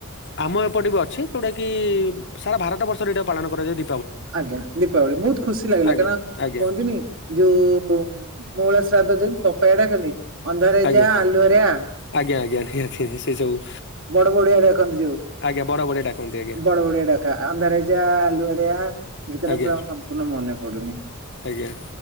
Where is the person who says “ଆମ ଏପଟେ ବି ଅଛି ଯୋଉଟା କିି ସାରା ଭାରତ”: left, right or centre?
Left